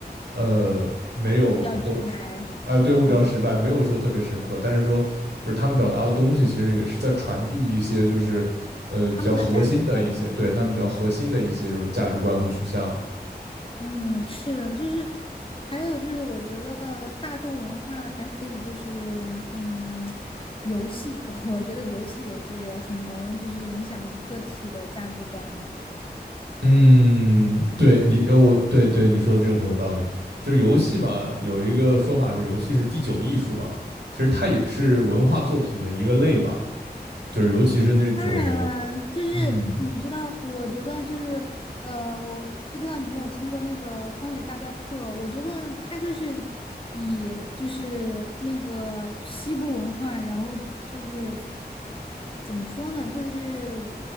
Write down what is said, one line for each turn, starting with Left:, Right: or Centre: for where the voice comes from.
Right: 呃，没有脱，
Left: 会比较直白，
Right: 哎，对，会比较失败，
Left: 对
Right: 没有说特别深刻，但是说就是他们表达的东西，其实也是在传递一些就是呃比较核心的一些，
Left: 他们的价值观，
Right: 对他们比较核心的一些这种价值观和取向。
Left: 嗯嗯，是的，就是还有就是，我觉得大众文化还可以，就是嗯，游戏，<laughs> 我我觉得游戏也是很能就是影响个体的价值观的。
Right: 嗯，对你，呃我对对你说的这个很有道理。就是游戏嘛，有一个说法是游戏是第九艺术吧，其实它也是文化作品的一个类吧。就是尤其是那种，
Left: 当然了，嗯就是你知道，
Right: 嗯，
Left: 我觉得就是，呃，我不知道你有没有听过那个《荒野大镖客》，我觉得它就是以就是那个西部文化，然后就是怎么说呢，就是